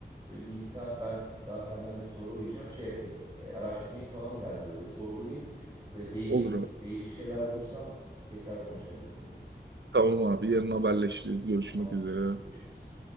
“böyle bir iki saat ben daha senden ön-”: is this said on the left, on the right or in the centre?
Right